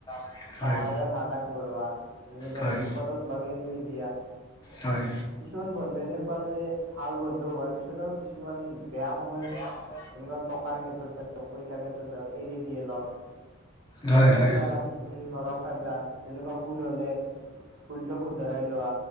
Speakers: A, on the left (about 20°); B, on the right (about 80°).
A: হয়
B: সহায়ৰ হাত আগবঢ়োৱা যেনেকুৱা
A: হয়
B: বিপদত লগ এৰি নিদিয়া
A: হয়
B: কিছুমান বন্ধু এনেকুৱা যে ভাল বন্ধু হোৱাৰ পিছতো কিছুমান বেয়া সময়ত
A: অ
B: তেনেকুৱা টকাৰ ক্ষেত্ৰতে হওক পইচাৰ ক্ষেত্ৰতে হওক এৰি দিয়ে লগ
A: হয়
B: <unintelligible>
A: হয়
B: নৰখা যেনেকুৱা ফুল হলে ভুলটো শুধৰাই লোৱা